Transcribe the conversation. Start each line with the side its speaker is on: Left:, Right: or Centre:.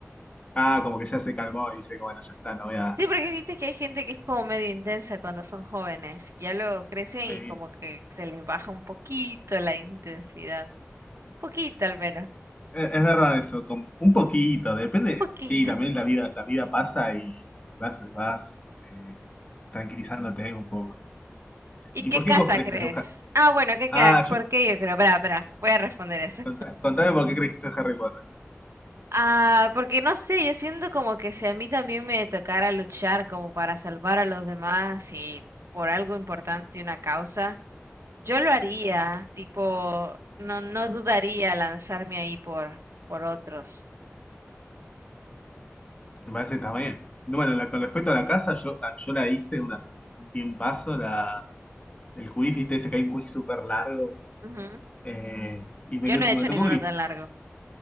Left: Ah, como que ya se calmó y dice, bueno, ya está, no voy a...
Right: Sí, porque viste que hay gente que es como medio intensa cuando son jóvenes. Ya luego crecen
Left: Sí,
Right: y
Left: e-
Right: como que se les baja un poquito la intensidad. Poquito al menos.
Left: es verdad eso, con un poquito, depende,
Right: Poquito.
Left: sí, también la vida, la vida pasa y vas, vas eh, tranquilizándote un poco.
Right: ¿Y
Left: ¿Y
Right: qué
Left: por
Right: casa
Left: qué vos crees
Right: crees?
Left: que sos Harry?
Right: Ah, bueno, ¿qué ca-
Left: Ah,
Right: ¿Por
Left: yo,
Right: qué yo creo? Pará, pará, voy a responder eso.
Left: contá- contame por qué crees que sos Harry Potter.
Right: Ah, porque no sé, yo siento como que si a mí también me tocara luchar como para salvar a los demás y por algo importante, una causa, yo lo haría, tipo, no, no dudaría lanzarme ahí por, por otros.
Left: Me parece que está bien. No, Bueno, la- con respecto a la casa, yo, a- yo la hice una, hace un tiempazo, la, el quiz, viste, ese que hay un quiz súper largo.
Right: Ujú.
Left: eh, y me,
Right: Yo
Left: quedó-
Right: no he
Left: me
Right: hecho
Left: tocó
Right: ninguno
Left: gris,
Right: tan largo.